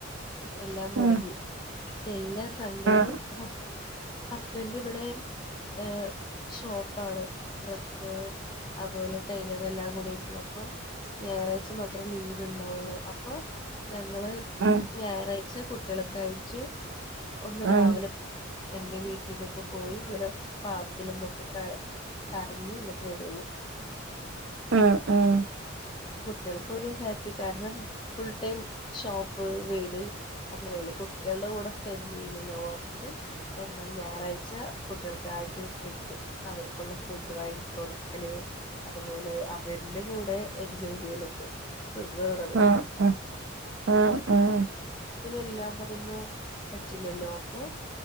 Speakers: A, on the left; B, on the right.
A: എല്ലാം മൊടങ്ങി.
B: ഉം
A: എല്ലാ സണ്ടേലും..
B: ഉം
A: ഹസ്ബൻഡ് ഹസ്ബൻഡ്. ഇവിടേം ഏ, ഷോപ്പാണ് ഡ്രസ്സ് അഹ്‌പോലെ ടൈലർ എല്ലാം കൂടിയിള്ള. പ്പൊ ഞായറായ്ച. മാത്രേ ലീവ് ണ്ടാവൊള്ളൂ. അപ്പൊ ഞങ്ങള്
B: ഉം
A: ഞായറാഴ്ച കുട്ടിളോക്ക. ആയിട്ട് ഒന്ന് രാവിലെ..
B: ഉം
A: എന്റെ വീട്ടിലേക്കൊക്കെ. പോയിങ്ങനെ പാർക്കിലൊന്ന് ഒക്കെ കറ കറങ്ങിന്നട്ട് വരുള്ളൂ...
B: ഉം ഉം.
A: കുട്ടിൾക്കൊരു. ഹാപ്പി. കാരണം ഫുൾ ടൈം ഷോപ്പ് വീട് അങ്ങനെയല്ലേ ഫുട്ടിളുടെ കൂടെ സ്പെൻഡ് യ്ല്ലല്ലോ. റഞ്ഞിട്ട്. എന്താണ് ഞായറാഴ്ച കുട്ടിൾക്ക്... വെക്കും. അവർക്കുള്ള ഫുഡ്. വാങ്ങി കൊടുക്കല്. അതുപോലെ അവരിന്റെ.. കൂടെ എൻജോയ് ചെയ്യലൊക്കെ സുഖണത്
B: ഉം ഉം ഉം ഉം
A: എല്ലാം പറയുമ്പോ പറ്റില്ലല്ലോ പ്പൊ